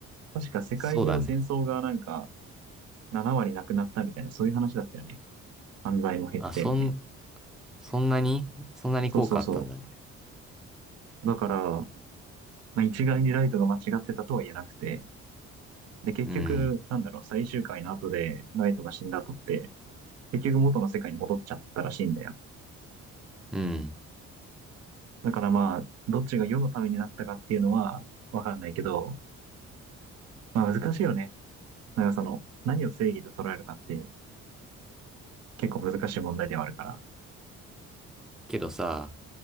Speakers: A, on the right; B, in the centre.
A: 確か世界中の戦争がなんか
B: そうだね。
A: 7割なくなったみたいな、そういう話だったよね。犯罪も減って、
B: あ、そん、
A: みたいな。
B: そんなにそんなに効果あったんだね。
A: そうそうそう。だから、まあ、一概にライトが間違ってたとは言えなくて、で、結局、
B: うん。
A: なんだろう、最終回の後でライトが死んだ後って、結局元の世界に戻っちゃったらしいんだよ。
B: うん。
A: だからまあ、どっちが世のためになったかっていうのはわかんないけど、まあ難しいよね。なんかその、何を正義と捉えるかって結構難しい問題ではあるから。
B: けどさ、